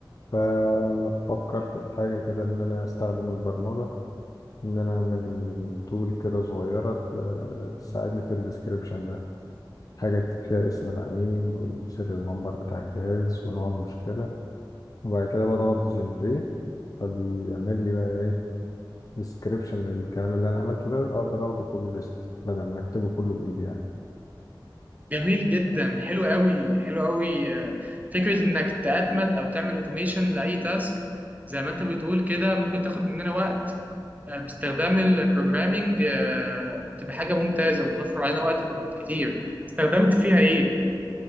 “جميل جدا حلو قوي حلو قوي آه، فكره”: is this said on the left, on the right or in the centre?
Right